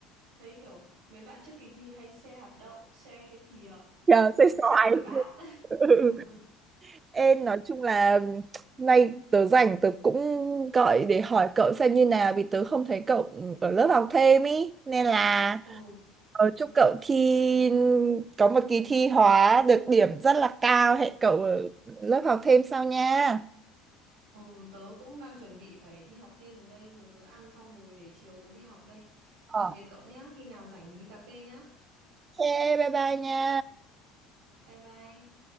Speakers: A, on the right (about 75°); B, on the right (about 30°).
A: thấy kiểu mấy bạn trước kỳ thi hay share hạt đậu, share cái thìa,
B: Trời,
A: xong
B: sẽ xoài.
A: share cái bát.
B: <laughs>
A: <laughs>
B: Ê, nói chung là nay tớ rảnh tớ cũng gọi để hỏi cậu xem như nào vì tớ không thấy cậu ở lớp học thêm ý nên là
A: ồ
B: ờ, chúc cậu thi có một kỳ thi hóa được điểm rất là cao hẹn cậu ở lớp học thêm sau nha.
A: ồ tớ cũng đang chuẩn bị phải đi học thêm rồi đây rồi tớ ăn xong rồi để chiều tớ đi học đây.
B: Ờ.
A: Tạm biệt cậu nhá, khi nào rảnh mình đi cà phê nhá.
B: Ok bye bye nha.
A: Bye bye.